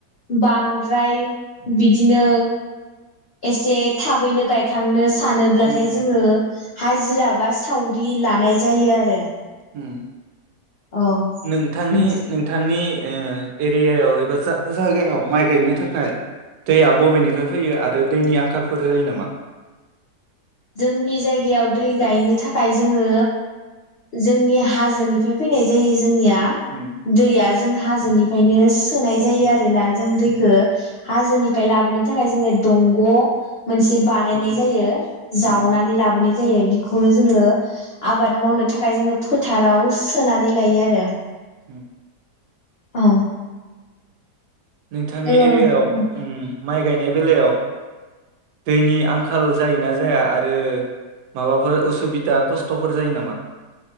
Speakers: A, on the left; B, on the right.
A: बांद्राय बिदिनो एसे थाबैनो गायखांनो सानोब्लाथाय
B: उम
A: जोङो हाजिरा बा सावरि लानाय जायो आरो।
B: होम।
A: औ
B: नोंथांनि
A: बेनोसै
B: नोंथांनि ओ एरियायाव एबा जायगायाव माइ गायनो थाखाय दैया बबेनिफ्राय फैयो आरो दैनि आंखालफोर जायो नामा?
A: जोंनि जायगायाव दै गायनो थाखाय जोङो जोंनि हाजोनिफ्राय फैनाय जायो जोंनिया
B: उम
A: दैया जों हाजोनि ओंखायनो सोनाय
B: उम
A: जायो आरोना जों दैखौ
B: उम
A: हाजोनिफ्राय लाबोनो थाखाय जोङो दंग' मोनसे बानायनाय
B: उम
A: जायो। जावनानै
B: उम
A: लाबोनाय जायो बेखौनो जोङो ओ आबाद मावनो थाखाय जोङो फोथाराव सोनानै लायो आरो।
B: उम
A: औ
B: नोंथांनि
A: जोङो
B: एरियायाव ओम माइ गायनाय बेलायाव दैनि आंखाल जायोना जाया आरो माबाफोर उसुबिदा खस्थ'फोर जायो नामा?